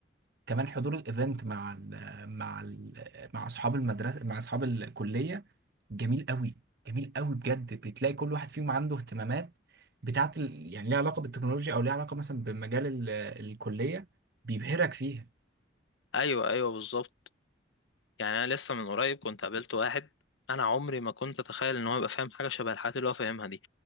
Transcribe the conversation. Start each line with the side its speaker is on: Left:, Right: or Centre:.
Right: كمان حضور الايفنت مع ال مع ال مع اصحاب المدرسه مع اصحاب الكليه جميل قوي جميل قوي بجد بتلاقي كل واحد فيهم عنده اهتمامات بتاعت ال- يعني ليها علاقه بالتكنولوجيا او ليها علاقه مثلا بمجال ال- الكليه بيبهرك فيها
Left: أيوه أيوه بالظبط يعني انا لسه من قريب كنت قابلت واحد انا عمري ما كنت اتخيل ان هو يبقى فاهم حاجه شبه الحاجات اللي هو فاهمها دي